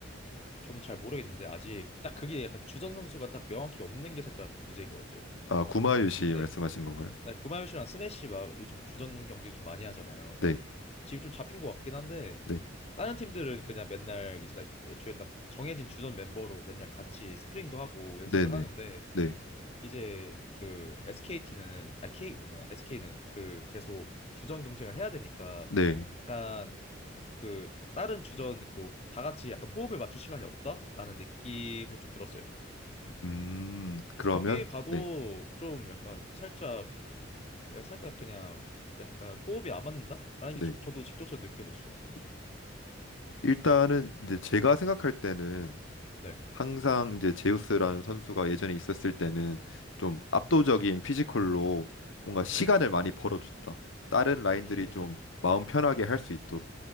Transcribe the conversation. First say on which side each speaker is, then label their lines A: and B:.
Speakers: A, on the left; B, on the left.
A: 저는 잘 모르겠는데 아직 딱 그게 약간 주전 선수가 딱 명확히 없는 게 살짝 문제인 것 같아요.
B: 아, 구마유 씨
A: 네.
B: 말씀하신 건가요?
A: 나 구마유시랑 스매시 막 요즘 주전 경쟁 좀 많이 하잖아요.
B: 네.
A: 지금 좀 잡힌 것 같긴 한데
B: 네.
A: 다른 팀들은 그냥 맨날 이제 다 애초에 딱 정해진 주전 멤버로 맨날 같이 스크린도 하고 연습을
B: 네, 네.
A: 하는데
B: 네.
A: 이제 그 SKT는 아 K 뭐냐 SK는 그 계속 주전 경쟁을 해야 되니까
B: 네.
A: 약간 그 다른 주전 뭐 다 같이 약간 호흡을 맞출 시간이 없다라는 느낌을 좀 들었어요.
B: 음, 그러면
A: 그래서 경기 봐도
B: 네.
A: 좀 약간 살짝 살짝 그냥 약간 호흡이 안 맞는다라는 게
B: 네.
A: 저- 저도 직접적으로 느껴졌어요.
B: 네. 일단은 이제 제가 생각할 때는
A: 네,
B: 항상 이제 제우스라는 선수가 예전에 있었을 때는 좀 압도적인 피지컬로 뭔가 시간을
A: 네.
B: 많이 벌어줬다. 다른 라인들이
A: 음,
B: 좀 마음 편하게 할 수 있도록.